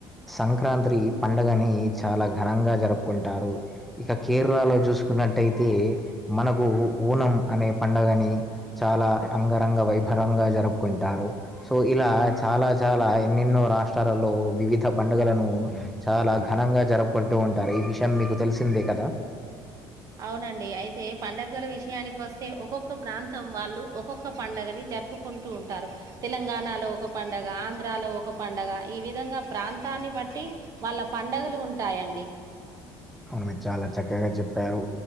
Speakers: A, in the centre; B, on the right.
A: సంక్రాంత్రి పండగని చాలా ఘనంగా జరుపుకుంటారు ఇక కేరళలో చూసు కున్నట్టయితే మనకు ఓనం అనే పండగని చాలా అంగరంగ వైభ వంగా జరుపుకుంటారు సో ఇలా చాలా చాలా ఎన్నెన్నో రాష్ట్రాలలో వివిధ పం డగలను చాలా ఘనంగా జరుపుకుంటూ ఉంటారు ఈ విషయం మీకు తెలిసిందే కదా
B: అవునండి అయితే పండగల విషయానికి వస్తే ఒక్కొక్క ప్రాంతం వాళ్ళు ఒక్కొక్క పండగని జరుపుకుంటూ ఉంటారు తెలంగాణలో ఒక పండగ ఆంధ్రాలో ఒక పండగ ఈ విధంగా ప్రాంత ని బట్టి వాళ్ళ పండగలు ఉంటాయండి
A: అవును మీరు చాలా చక్కగా చెప్పారు